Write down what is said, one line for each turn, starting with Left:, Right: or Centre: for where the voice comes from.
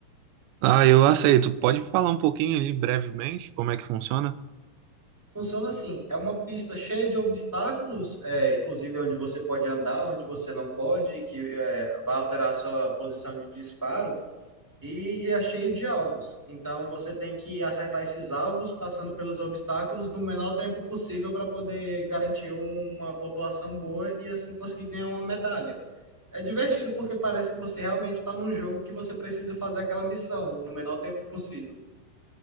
Right: Ah, eu aceito. Pode falar um pouquinho ali brevemente como é que funciona?
Centre: Funciona assim, é uma pista cheia de obstáculos, é, inclusive onde você pode andar, onde você não pode, que é, vai alterar a sua posição de disparo, e, e é cheio de alvos. Então você tem que acertar esses alvos passando pelos obstáculos no menor tempo possível para poder garantir uma pontuação boa e assim conseguir ganhar uma medalha. É divertido porque parece que você realmente está num jogo que você precisa fazer aquela missão no menor tempo possível.